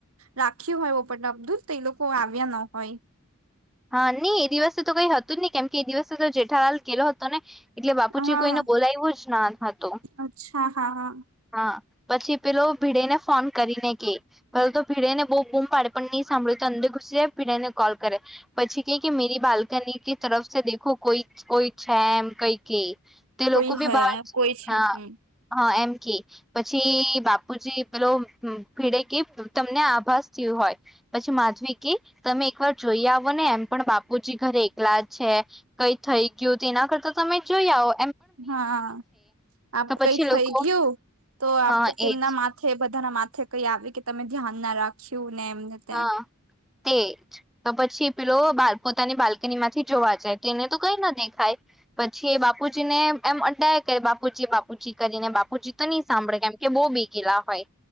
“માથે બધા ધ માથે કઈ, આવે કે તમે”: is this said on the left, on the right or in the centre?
Right